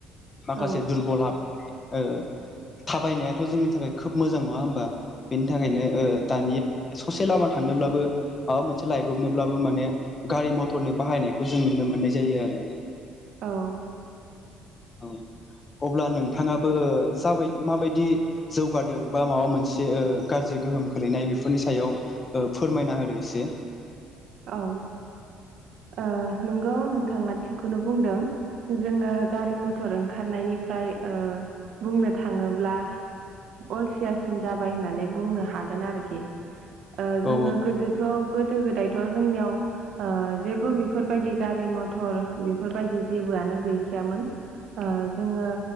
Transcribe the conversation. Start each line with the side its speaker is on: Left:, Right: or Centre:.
Left: माखासे
Right: औ
Left: दुरबल हाब ओ थाबायनायाथ' जोंनि थाखाय खोब मोजां नङा होमबा बेनि थाखायनो ओ दानि ससे लामा थांनोब्लाबो माबा मोनसे लायब्रबनोब्लाबो माने गारि मथरनि बाहायनायखौ जों नुनो मोननाय जायो आरो
Right: औ
Left: अ अब्ला नोंथाङाबो जाबाय माबायदि जौगादों बा माबा मोनसे ओ गाज्रि गोहोम खोलैनाय बेफोरनि सायाव ओ फोरमायना होदो एसे
Right: औ ओ नंगौ नोंथाङा थिगखौनो बुंदों जोङो गारि मथर ओंखारनायनिफ्राय ओ बुंनो थाङोब्ला अलसियासिन जाबाय होननानै बुंनो हागोन आरोखि ओ जोङो
Left: औ
Right: गोदोथ' गोदो गोदायथ' जोंनियाव ओ जेबो बेफोरबायदि गारि मथर बेफोरबायदि जेबोआनो गैखायामोन। ओ जोङो